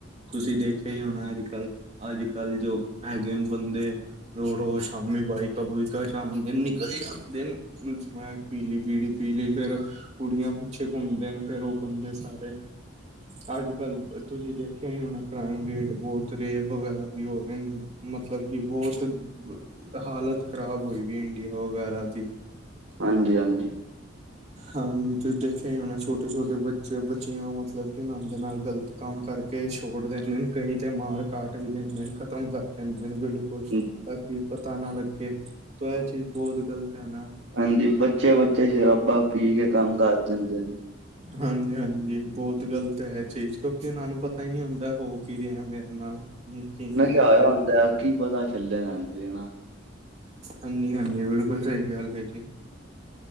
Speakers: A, on the right (about 35°); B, on the right (about 65°).
A: ਤੁਸੀਂ ਦੇਖਿਆ ਹੀ ਹੋਣਾ ਅੱਜ ਕੱਲ੍ਹ ਅੱਜ ਕੱਲ੍ਹ ਜੋ ਹੈਗੇ ਬੰਦੇ ਰੋਜ਼ ਰੋਜ਼ ਸ਼ਾਮੀ ਬਾਈਕਾਂ ਬੁਇਕਾਂ ਸ਼ਾਮ ਦਿਨ ਨਿਕਲ ਜਾਂਦੇ ਨੇ ਸਮੈਕ ਪੀਲੀ ਬੀਡੀ ਪੀ ਲਈ ਫੇਰ ਕੁੜੀਆਂ ਪਿੱਛੇ ਘੁੰਮਦੇ ਨੇ ਫੇਰ ਉਹ ਬੰਦੇ ਸਾਰੇ ਅੱਜ ਕੱਲ ਤੁਸੀਂ ਦੇਖਿਆ ਹੀ ਹੋਣਾ ਕ੍ਰਾਈਮ ਰੇਟ ਬਹੁਤ ਰੇਪ ਵਗੈਰਾ ਵੀ ਹੋ ਰਹੇ ਨੇ। ਮਤਲਬ ਕਿ ਬਹੁਤ ਹਾਲਤ ਖ਼ਰਾਬ ਹੋਈ ਵੀ ਇੰਡੀਆ ਵਗੈਰਾ ਦੀ।
B: ਹਾਂਜੀ ਹਾਂਜੀ
A: ਹਾਂਜੀ ਤੁਸੀਂ ਦੇਖਿਆ ਹੀ ਹੋ ਨਾ ਛੋਟੇ ਛੋਟੇ ਬੱਚੇ ਬੱਚੀ ਮਤਲਬ ਆਨੰਦ ਨਾਲ ਗ਼ਲਤ ਕੰਮ ਕਰਕੇ ਛੋੜ ਦਿੰਦੇ ਨੇ ਕਈ ਤੇ ਮਾਰ ਕਾਟ ਵੀ ਦਿੰਦੇ ਨੇ ਖ਼ਤਮ ਕਰ ਤਿੰਨ ਦਿਨ ਬਿਲਕੁਲ
B: ਹਾਂਜੀ
A: ਤਾਂ ਕਿ ਪਤਾ ਨਾ ਲੱਗੇ ਪਰ ਇਹ ਚੀਜ਼ ਬਹੁਤ ਗਲਤ ਹੈ ਨਾ।
B: ਹਾਂਜੀ ਬੱਚੇ ਬੱਚੇ ਸ਼ਰਾਬਾ ਪੀ ਕੇ ਕੰਮ ਕਰ ਦਿੰਦੇ
A: ਹਾਂਜੀ ਹਾਂਜੀ ਬਹੁਤ ਬਹੁਤ ਗਲਤ ਹੈ ਚੀਜ਼ ਕਿਉਂਕਿ ਉਹਨਾਂ ਨੂੰ ਪਤਾ ਹੀ ਨਹੀਂ ਹੁੰਦਾ ਹੋ ਕੀ ਰਿਹਾ ਮੇਰੇ ਨਾਲ ਕੀ ਨਹੀਂ
B: ਨਸ਼ਾ
A: ਹੋ
B: ਹੋਇਆ
A: ਰਿਹਾ।
B: ਹੁੰਦਾ ਕੀ ਪਤਾ ਚੱਲੇ <unintelligible>
A: ਹਾਂਜੀ ਹਾਂਜੀ ਬਿਲਕੁਲ ਸਹੀ ਗੱਲ ਹੈ ਜੀ।